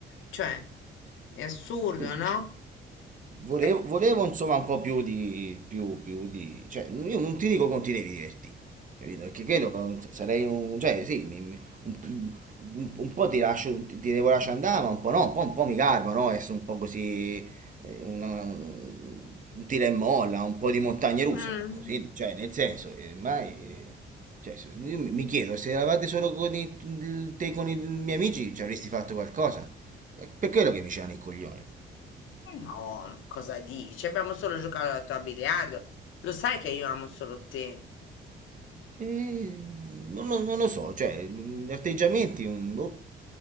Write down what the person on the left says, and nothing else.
Cioè, è assurdo,
no?
Eh,
Mm.
No, ma cosa dici? Abbiamo solo giocato a biliardo. Lo sai che io amo solo te.